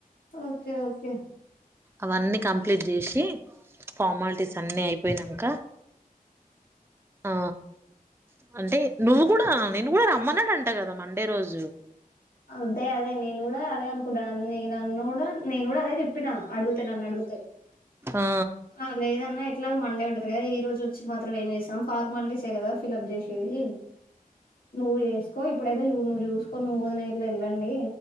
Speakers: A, on the left; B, on the right.
A: ఓకే ఓకే
B: అవన్నీ కంప్లీట్ చేషి ఫార్మాలిటీస్ అన్నీ అయిపోయినాంక ఆ అంటే నువ్వు కూడా నిన్ను కూడా రమ్మన్నాడంట కదా మండే రోజు
A: అదే అదే నేను కూడా అదే అనుకుంటన్నాను నన్ను కూడా నేను కూడా అదే చెప్పిన అడుగుతానున్నడుగు
B: ఆ
A: ఆ లేదన్న ఇట్లాగ మండే ఉంటది కదా ఈ రోజు వచ్చి మాత్రం ఏం చేస్తాం ఫార్మాలిటీసే కదా ఫిలప్ చేసేది నువ్వు ఏసుకో ఇప్పుడైతే చూడు నువ్వు చూసుకో నువ్వు వదిన ఎళ్ళండి